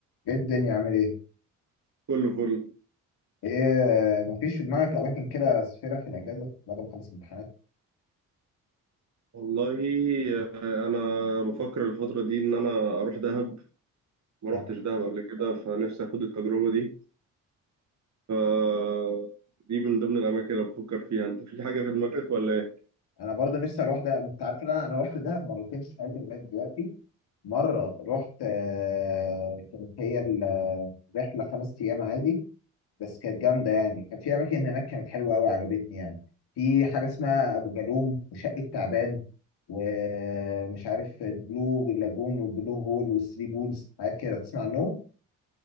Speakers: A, on the left; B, on the right.
A: ايه الدنيا عامل ايه؟
B: كله كله
A: ايه مفيش في دماغك اماكن كده سفيرة في الاجازة بعد ما اخلص امتحانات؟
B: والله آه، انا بفكر الفتره دي ان انا اروح دهب ما
A: طب
B: روحتش دهب قبل كده فنفسي اخد التجربه دي ف دي من ضمن الاماكن اللي بفكر فيها انت في حاجه في دماغك ولا ايه
A: انا برضه نفسي اروح ده انت عارف إن انا انا رحت دهب مرتين في حياتي لغايه دلوقتي مرة رحت آه، كانت هي الرحلة خمس ايام عادي بس كانت جامدة يعني كان في اماكن هناك كانت حلوة قوي عجبتني يعني في حاجة اسمها ابو جالوم وشقة تعبان ومش عارف البلو لاجون والبلو هول والثري بولز حاجات كده تسمع عنهم؟